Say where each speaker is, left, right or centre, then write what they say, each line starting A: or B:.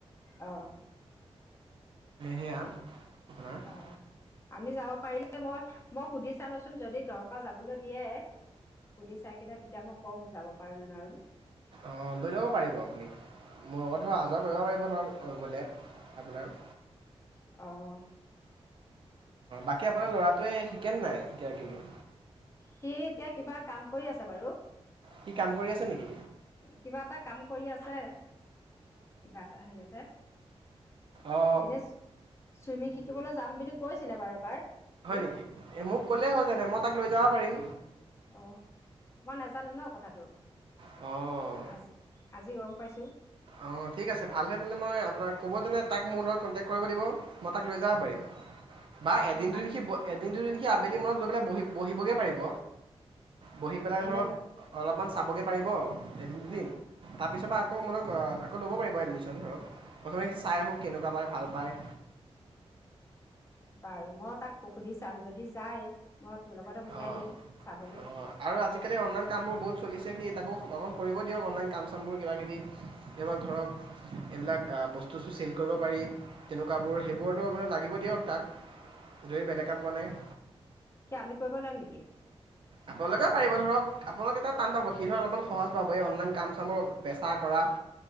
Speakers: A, on the left; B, on the right.
A: অ।
B: সেয়া
A: কৈক
B: আপোনাৰ
A: আৰু আমি যাব পাৰিলে, মই মই সুধি চামচোন, যদি ঘৰৰ পৰা যাবলৈ দিয়ে সুধি চাই সেইটা তেতিয়া মই ক'ম যাব পাৰোনে নোৱাৰোঁ?
B: অ লৈ যাব পাৰিব আপুনি। মোৰ লগত ধৰক অহা যোৱা কৰিব পাৰিব ধৰক গ'লে আপোনাৰ। অ,
A: অঁ
B: বাকী আপোনাৰ লৰাটোৱে শিকেন নাই এতিয়া কিবি - কিবি?
A: সি এতিয়া কিবা কাম কৰি আছে বাৰু।
B: সি কাম কৰি আছে নেকি
A: কিবা এটা কাম কৰি আছে। কি বা এটা হেৰিয়তে।
B: অ।
A: এতিয়া চুইমিং শিকিবলৈ যাম বুলি কৈছিলে বাৰু এবাৰ। সি
B: হয় নেকি? এ মোক
A: উম
B: ক'লেই হল জানে মই তাক লৈ যাব পাৰিম।
A: অ। মই নাজানো ন কথাটো।
B: অঁ।
A: আজি আজি গম পাইছোঁ।
B: অঁ ঠিক আছে, ভালহে তেন্তে মই আপোনাক ক'ব তেনে তাক মোৰ লগত কণ্টেক্ট কৰিব দিব। মই তাক লৈ যাব পাৰিম। বা এদিন
A: মই তালৈ
B: দুদিন সি, এদিন দুদিন সি আবেলি মূৰত গৈ পেলাই বহি বহিবগে পাৰিব। বহি পেলাই
A: এনেই
B: ধৰক,
A: ল
B: অলপমান চাবগে পাৰিব এদিন দুদিন।
A: উম
B: তাৰ পিছৰ
A: উম
B: পৰা আকৌ মোলৈ আকৌ ল'ব পাৰিব এডমিছন ধৰক। প্ৰথমে সি চাই আহক কেনেকুৱা পায় ভাল পায়,
A: বাৰু মই তাক সুধি চাম, যদি যায় মই তোৰ লগতে পঠিয়াই
B: অঁ
A: দিম চাবলৈ
B: অঁ। আৰু আজিকালি অনলাইন কামবোৰ বহুত চলিছে সি তাকো অকণ কৰিব দিয়ক অনলাইন কাম চামবোৰ কিবাকিবি, এইবাৰ ধৰক এইবিলাক বস্তু চেল কৰিব পাৰি। তেনেকুৱাবোৰ সেইবোৰতো আপোনাৰ লাগিব দিয়ক তাক। যদি বেলেগ কাম পোৱা নাই।
A: কিয় আমি কৰিব নোৱাৰিম নেকি?
B: আপোনালোকেও পাৰিব ধৰক, আপোনালোকে এটা টান পাব সি ধৰক অলপমান সহজ পাব এই অনলাইন কাম চামৰ বেচা কৰা। <inaudible>